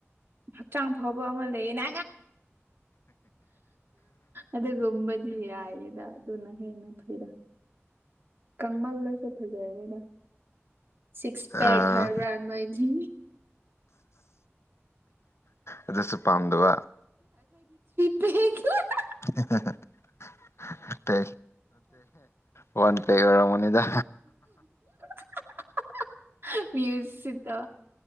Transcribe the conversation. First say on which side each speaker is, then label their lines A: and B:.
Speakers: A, on the right (about 50°); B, on the left (about 65°).
A: ꯍꯛꯆꯥꯡ ꯐꯥꯎꯕ ꯑꯃ ꯂꯩꯌꯦꯅ ꯑꯗ ꯀꯝꯕꯗꯤ ꯍꯥꯏꯗ ꯑꯗꯨꯅ ꯍꯦꯟꯅ ꯐꯗ ꯀꯃꯜꯗꯁꯨ ꯐꯖꯔꯦꯗ ꯁꯤꯛꯁ ꯄꯦꯛ
B: ꯑꯥ
A: ꯍꯥꯏꯕ꯭ꯔꯥ ꯅꯣꯏꯒꯤ
B: ꯑꯗꯨꯁꯨ ꯄꯥꯝꯗꯕ
A: ꯄ
B: <unintelligible> ꯠꯇꯦ ꯐꯟ ꯄ ꯑꯣꯏꯔ ꯃꯅꯤꯗ
A: <unintelligible> ꯃ꯭ꯌꯨ ꯁꯤꯠꯇ